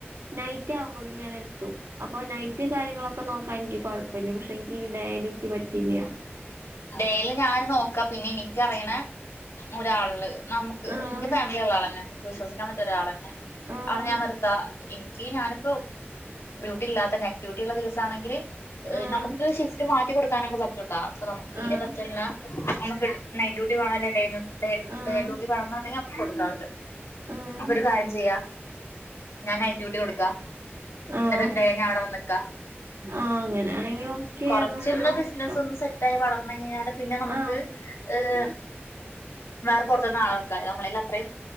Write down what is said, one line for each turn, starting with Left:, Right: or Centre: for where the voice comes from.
Right: നൈറ്റ് ആവ്മ്പോയ്ക്ക് ഞാനെത്തും അപ്പൊ നൈറ്റ് കാര്യങ്ങളൊക്കെ നോക്കാൻ ഇൻക്കി കോയപ്പല്ല പക്ഷെ അപ്പോനിക്ക് ഈ ഡയലിൻക്കി പറ്റില്ല
Left: ഡേൽ ഞാൻ നോക്കാ പിന്നെ എനിക്കറിയണ ഒരാള് നമുക്ക്
Right: ആഹ്
Left: എന്റെ ഫാമിലിള്ള ആളന്നെ നമുക്ക് വിശ്വസിക്കാൻ പറ്റിയ ഒരാളേന്നെ
Right: ആഹ്
Left: ആള ഞാൻ നിർത്ത എനിക്ക് ഞാനിപ്പോ ഡ്യൂട്ടി ഇല്ലാത്ത നൈറ്റ് ഡ്യൂട്ടി ഉള്ള ദിവസം ആണെങ്കില്
Right: ആഹ്
Left: നമുക്ക് ഷിഫ്റ്റ് മാറ്റികൊടുക്കാനൊക്കെ പറ്റൂട്ടൊ അപ്പൊ നമു തീരെ
Right: ആഹ്
Left: പറ്റണില്ല നമുക്ക് നൈറ്റ് ഡ്യൂട്ടി കാണല്ലേ ഡേ
Right: ആഹ്
Left: ഡേ ഡ്യൂട്ടി വേണോന്നുണ്ടെങ്കി നമുക്ക് കൊടുക്കാൻ പറ്റും
Right: ആഹ്
Left: അപ്പൊ ഒരു കാര്യം ചെയ്യാം ഞാൻ നൈറ്റ് ഡ്യൂട്ടി കൊടുക്കാം
Right: ആഹ്
Left: എന്നിട്ട് ഡേന്നെ അവിടെ വന്ന് നിക്കാം
Right: ആഹ് അങ്ങനെയാണെങ്കി ഓക്കെ
Left: കൊറച്ചൊന്ന്
Right: നമുക്ക് നോക്കാം
Left: ബിസിനസ്‌ ഒന്ന് സെ ഇതായി വളർന്ന് കഴിഞ്ഞാല് പിന്നെ നമുക്ക്
Right: ആഹ്
Left: ഏഹ് വേറെ പുറത്തൂന്ന് ആളെ വെക്കാൻ നമ്മളയിൽ അത്രയും